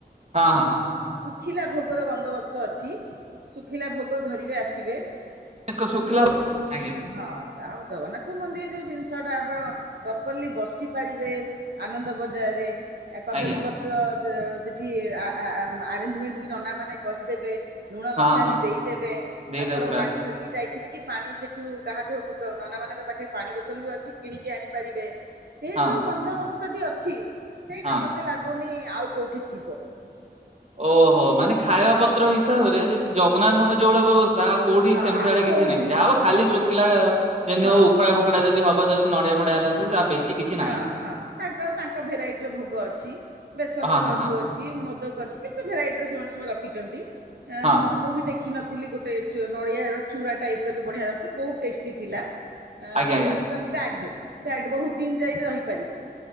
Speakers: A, on the right; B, on the right.
A: ହଁ ହଁ ହଁ।
B: ଖିଲା ଭୋଗର ବନ୍ଦୋବସ୍ତ ଅଛି। ଶୁଖିଲା ଭୋଗ ଧରିବେ ଆସିବେ
A: ହଁ ଶୁଖିଲା ଆଜ୍ଞା
B: ହଁ ଆଉ ଜଗନ୍ନାଥ ମନ୍ଦିର ଯୋଉ ଜିନିଷଟା ଆପଣ ପ୍ରପରଲି ବସି ପାରିବେ ଆନନ୍ଦ ବଜାରେ ଆ କଦଳୀ
A: ଆଜ୍ଞା
B: ପତ୍ର ସେଠି ଆ ଆ ଆରେଞ୍ଜମେଣ୍ଟ ବି ନନାମାନେ କରିଦେବେ ଲୁଣ
A: ହଁ
B: ଲ ଟା
A: ହଁ
B: ବି ଦେଇଦେବେ
A: ଦେଇଦେବେ
B: ଆପଣ
A: ପୁରା
B: ପାଣି ଧରିକି ଯାଇ ଥିବେ କି ପାଣି ସେଠୁ କାହାଠୁ <unintelligible> ନନାମାନଙ୍କ ପାଖେ ପାଣି ବୋତଲବି ଅଛି କିଣିକି ଆଣି ପାରିବେ। ସେ
A: ହଁ
B: ଯୋଉ ବନ୍ଦୋବସ୍ ସ୍ତଟି ଅଛି ସେଇଟା
A: ହଁ।
B: ମତେ ଲାଗୁନି ଆଉ କୋଉଠି ଥିବ।
A: ଓହୋ ମାନେ ଖାଇବା ପତ୍ର ହିସାବରେ ଯଦି ଜଗନ୍ନାଥ ମନ୍ଦିରରେ ଯୋଉଭଳିଆ ବ୍ୟବ ତା ଆଉ କୋଉଠି
B: ହଁ
A: ସେମତି
B: ଆଉ
A: ଆଡେ କିଛି
B: କୋଉଠି
A: ନାହିଁ ଯାହା ହବ ଖାଲି ଶୁଖିଲା
B: ନାହିଁ
A: ଯେମିତି
B: ହଁ
A: ହବ ଉଖୁଡା ଫୁଖୁଡା ଯେ ଯଦି ହବ ଯଦି ନଡିଆ ଫଡିଆ ହେଲା
B: ହଁ
A: ଯଦି ଆଉ ବେଶୀ କିଛି ନାହିଁ
B: ହଁ ହଁ ତାଙ୍କର ତାଙ୍କ ଭେରାଇଟିର ଭୋଗ ଅଛି। ବେସନର
A: ହଁ ହଁ
B: ଲଡୁ
A: ହଁ
B: ଅଛି ମୋଦକ ଅଛି କେତେ ଭେରାଇଟିର ସେମାନେ ସବୁ ର ରଖିଛନ୍ତି। ଆଁ
A: ହଁ
B: ମୁଁ ବି ଦେଖ୍ ଖି ନଥିଲି ଗୋଟେ ଚୁ ନଡିଆର ଚୁରା ଟାଇପର ବି ବଢିଆ ଥିଲା ବହୁ ଟେଷ୍ଟି ଥିଲା ଅଁଉଁ
A: ଆଜ୍ଞା ଆଜ୍ଞା
B: ତା ପ୍ୟାକ୍ଡ ପ୍ୟାକ୍ଡ ବହୁତ ଦିନ ଯାଏ ବି ରହିପାରିବ।